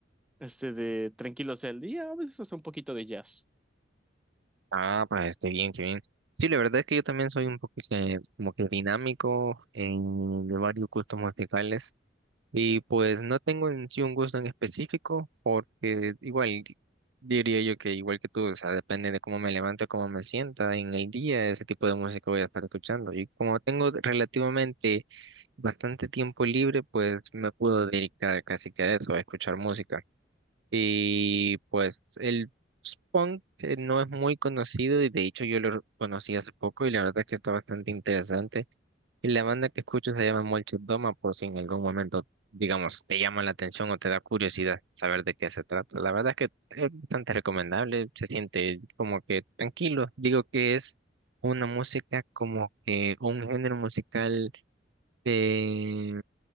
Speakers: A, in the centre; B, on the right.
A: este de tranquilo sea el día, a veces hasta un poquito de jazz.
B: Ah, pues qué bien, qué bien. Sí, la verdad es que yo también soy un poco que, como que dinámico en de varios gustos musicales. Y pues no tengo en sí un gusto en específico, porque igual diría yo que igual que tú, o sea, depende de cómo me levante, cómo me sienta en el día, ese tipo de música voy a estar escuchando. Y como tengo relativamente bastante tiempo libre, pues me puedo dedicar casi que a eso, a escuchar música. Y pues el punk eh, no es muy conocido y de hecho yo lo conocí hace poco y la verdad es que está bastante interesante. Y la banda que escucho se llama Molchat Doma, por si en algún momento, digamos, te llama la atención o te da curiosidad saber de qué se trata. La verdad es que es bastante recomendable, se siente como que tranquilo. Digo que es una música como que un género musical eh,